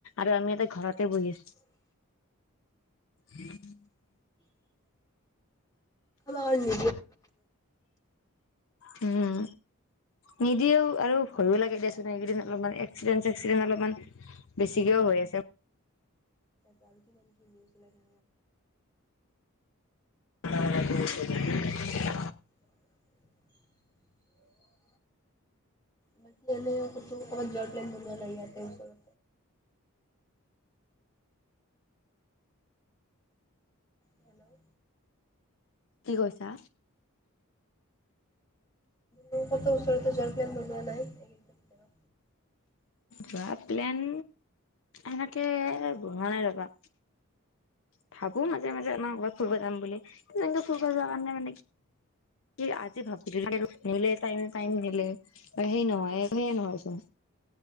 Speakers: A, on the left; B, on the left.
A: আৰু আমি এটা ঘৰতে বহি আছো।
B: হয়।
A: উম।
B: অ নি।
A: উম। নিদিয়ও আৰু ভয়ো লাগে দেিয়াচোনে এইকেইদিন অলপমান এক্সিডেণ্ট চে্সিডেণ্ট অলপমান। বেছিকেও হৈ আছে।
B: তোল কিমান কি নিউজ ধৰ।
A: <unintelligible>
B: <unintelligible> বানি এনে কো কত জৰ প্লেন বনোৱা নাই আতেচত। হেল্ল'
A: কি কৈছা।
B: মোৰ ক'তো ওচৰতে যোৱাৰ প্লেইন বনোৱা নাই। এইকেইদিনৰ ভিতৰত
A: যোৱা প্লেন এনেকে হোৱা নাই ৰবা। ভাবো মাজে মাজে আমাৰ কৰবাত ফুৰিব যাম বুলি। কিন্তু ততেনেকে ফুৰিব যোৱাৰ কাৰণে মানে কি আজি ভাবিছিলো নিলে াইম াইম নিলে অ হে নহয় সেয়ে নহয়চোন।